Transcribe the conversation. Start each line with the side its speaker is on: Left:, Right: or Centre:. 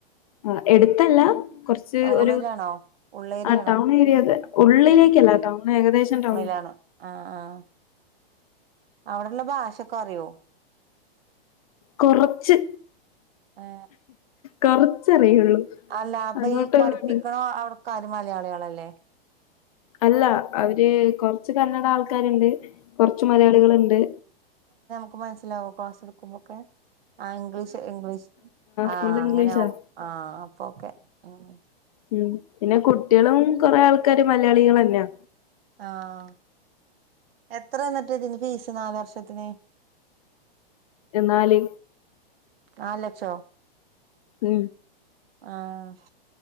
Left: ആഹ് എടുത്തല്ലാ കൊറച്ച്
Right: ടൗണിലാണോ
Left: ഒരു
Right: ഉള്ളേരിയാണോ
Left: ആ ടൗൺ ഏരിയതെ ഉള്ളിലേക്കല്ല ടൗൺ ഏകദേശം ടൗൺ
Right: <unintelligible> ആഹ് ആഹ് അവിടെള്ള ഭാഷൊക്കെ അറിയോ?
Left: കൊറച്ച്
Right: ഏ
Left: കൊറച്ചറിയുള്ളൂ
Right: അല്ല അപ്പൊ
Left: അങ്ങോട്ടും
Right: ഈ പഠിപ്പിക്കണ
Left: ഇങ്ങോട്ടും
Right: അവിടക്കാര് മലയാളികളല്ലേ?
Left: അല്ല അവര് കൊറച്ച് കന്നഡ ആൾക്കാര്ണ്ട്. കൊറച്ച് മലയാളികള്ണ്ട്.
Right: ഒക്കെ മനസിലാവോ ക്ലാസ് ഇട്ക്കുമ്പൊക്കെ ആഹ് ഇംഗ്ലീഷ് ഇംഗ്ലീഷ് ആഹ്
Left: ഫുൾ
Right: അങ്ങനെ
Left: ഇംഗ്ലീഷാ
Right: ആവും ആഹ് അപ്പൊ ഓക്കെ ഉം
Left: ഉം പിന്നെ കുട്ടിയളും കൊറെ ആൾക്കാര് മലയാളികളന്ന്യാ
Right: ആഹ് എത്ര ഇന്ന്ട്ട് ഇതിന് ഫീസ് നാല് വർഷത്തിന്?
Left: എന്നാല്
Right: നാല് ലക്ഷോ?
Left: ഉം
Right: ആഹ്